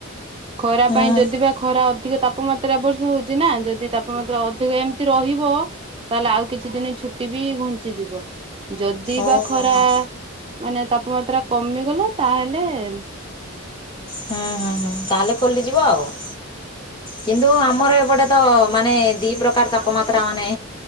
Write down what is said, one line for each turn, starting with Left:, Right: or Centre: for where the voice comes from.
Right: ଖରା
Left: ହଁ
Right: ପାଇଁ ଯଦିିବା ଖରା ଟିକେ ତାପମାତ୍ରା ଏବ ବର୍ଷ ହଉଛି ନା ଯଦି ତାପମାତ୍ରା ଅଧିକ ଏମିତି ରହିବ । ତାହେଲେ ଆଉ କିଛିଦିନ୍ ଛୁଟି ବି ଘୁଞ୍ଚିଯିବ । ଯଦି
Left: ଓହୋ
Right: ବା ଖରା
Left: ହୋ ହୁଁ
Right: ମାନେ ତାପମାତ୍ରା କମିଗଲା ତାଲେ ।
Left: ହୁଁ ହୁଁ ହୁଁ ତାହେଲେ ଖୋଲିଯିବ ଆଉ । କିନ୍ତୁ ଆମର ଏପଟେ ତ ମାନେ ଦି ପ୍ରକାର
Right: ହୁଁ
Left: ତାପମାତ୍ରା ମାନେ